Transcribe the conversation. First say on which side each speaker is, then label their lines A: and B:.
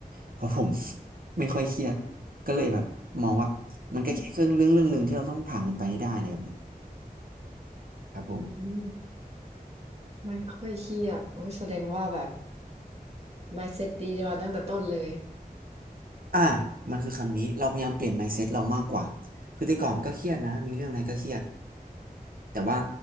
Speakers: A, on the right; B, on the right.
A: เพราะผม <laughs> ไม่ค่อยเครียดก็เลยแบบมองว่ามันก็แค่เครื่องเรื่องเรื่องหนึ่งที่เราต้องผ่านมันไปให้ได้อะไรแบบเนี้ยครับผม
B: อืมไม่ค่อยเครียดโอ้ยแสดงว่าแบบ mindset ดีมาตั้งแต่ต้นเลย
A: อ่ะมันคือคำนี้เราพยายามเปลี่ยน mindset เรามากกว่าคือแต่ก่อนก็เครียดนะมีเรื่องอะไรก็เครียด แต่ว่า